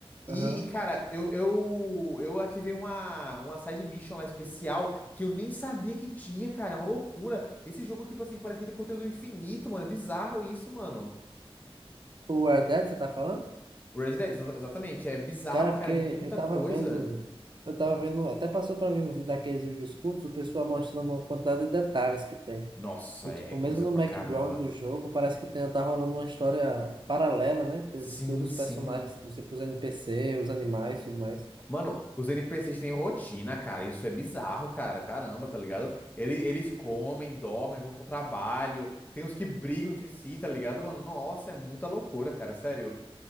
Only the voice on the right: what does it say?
Aham.
O Red Dead, você tá falando?
Cara, porque
eu tava
vendo, eu tava vendo, até passou pra mim uns daqueles vídeos curtos, o pessoal mostrando uma quantidade de detalhes que tem.
E tipo,
mesmo no
background
do jogo, parece que tem, tá rolando uma história paralela, né? De,
de todos
os personagens, você pôs NPC, os animais, tudo mais.
Uhum.